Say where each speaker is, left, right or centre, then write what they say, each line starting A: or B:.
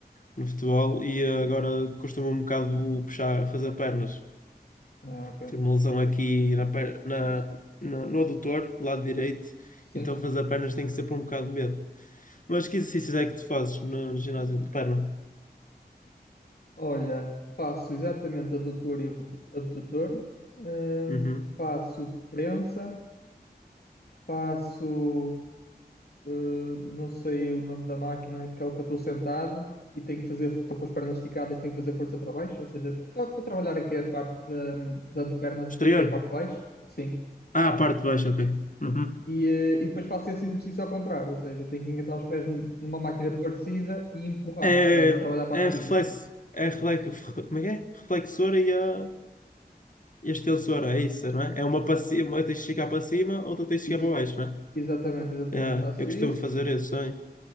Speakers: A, on the left; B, on the left.
A: no futebol e eh, agora custa-me um bocado puxar, fazer pernas.
B: Ah, ok.
A: Tive uma lesão aqui na, per- na, na- no adutor, lado direito,
B: Sim.
A: então fazer pernas tem que ser por um bocado de medo. Mas que exercícios é que tu fazes no, ginásio de perna?
B: Olha, faço exatamente adutor e abdu- abdutor. Hum,
A: Uhum.
B: faço prensa. Faço. eh, não sei o nome da máquina, aquela que eu estou sentado e tenho que fazer. Estou com as pernas esticadas, tenho que fazer força para baixo. Ou seja, para, trabalhar aqui a parte da, da anteperna,
A: Exterior?
B: aqui a parte de baixo. Sim.
A: Ah, a parte de baixo, ok. Uhum.
B: E, eh, e depois faço esse exercício ao contrário, ou seja, tenho que engatar os pés n- numa máquina parecida e empurrar
A: É,
B: para trabalhar a parte
A: é
B: de
A: reflexo,
B: cima.
A: é reflexo, como é que é? Reflexora e a, e a extensora, é isso, não é? É uma para cima, uma tens de chegar para cima, outra tens de
B: Isso,
A: chegar para baixo, não é?
B: exatamente, exatamente,
A: É,
B: faço
A: eu costumo
B: isso.
A: fazer isso também.